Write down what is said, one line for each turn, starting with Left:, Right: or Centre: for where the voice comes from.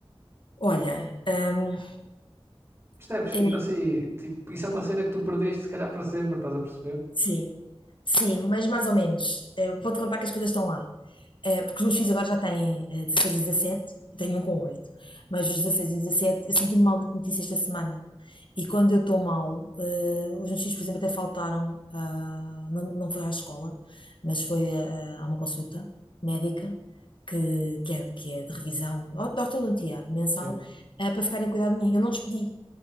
Left: Olha, hum,
Right: Percebes?
Left: é,
Right: Tipo assim, tipo, isso é uma cena que tu perdeste se calhar para sempre, estás a perceber?
Left: sim, sim, mas mais ou menos. Eh, Pode contar que as coisas estão lá. Eh, porque os meus filhos agora já têm eh, 16 e dezassete eu tenho um com oito mas os 16 e 17 eu senti-me mal de notícia esta semana. E quando eu estou mal, eh, os meus filhos, por exemplo, até faltaram, ah, não, não foi à escola, mas foi ah, a uma consulta médica, que, que, é, que é de revisão, or- de ortodontia mensal,
Right: Sim,
Left: eh, para ficarem a cuidar de mim. Eu não despedi,